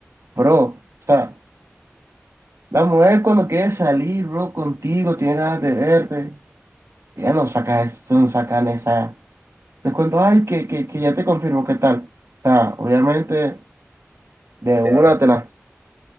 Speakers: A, on the right; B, on the right.
A: bro, o sea. La mujer cuando quiere salir, bro, contigo, tiene ganas de verte, ya no saca eso, no sacan esa. Te cuento, ay, que, que, que ya te confirmo qué tal. O sea, obviamente, de
B: debe
A: una
B: haber
A: te
B: algo.
A: la